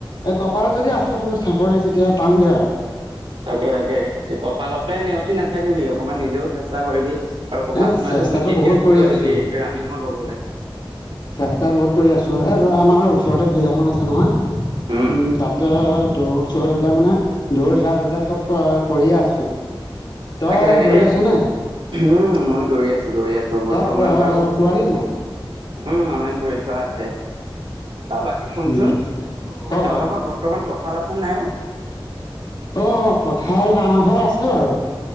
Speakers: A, on the left; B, on the right.
A: এই কপালত যদি আছে তো চাকৰি তেতিয়া পামগে আৰু।
B: তাকে তাকে কপালকে নেওচি নাথাকিবি অকনমান নিজেও চেষ্টা কৰিবি। আৰু পঢ়া
A: এ
B: শুনাতো
A: চেষ্টাটো
B: বিশেষকে
A: বহুত
B: গুৰুত্ব
A: কৰি আছো
B: দিবি ৰাণিঙৰ লগতে।
A: চেষ্টা বহুত কৰি আছো এ ধ আমাৰ ওচৰতে ফিল্ড এখন আছে নহয়।
B: উম।
A: উম তাতে দৌৰ চৌৰ এইবিলাক মানে দৌৰ যওঁ এইবিলাক চব কৰিয়ে আছো। তই
B: তাকে তাকে
A: দৌৰি
B: এ
A: আছ নে
B: উম মই দৌৰি আছো দৌৰি আছো বৰ্তমান
A: তই
B: বাৰু
A: পোৱালি নাই
B: উম অনলাইন কৰি ঠোৱা আছে অ বাকী শুনচোন
A: উম ক
B: তহতখৰ
A: ক
B: বৰ্তমান কঠাল আছে ন নাই উ?
A: অ', কঠাল আমাৰ ঘৰত আছে বাৰো।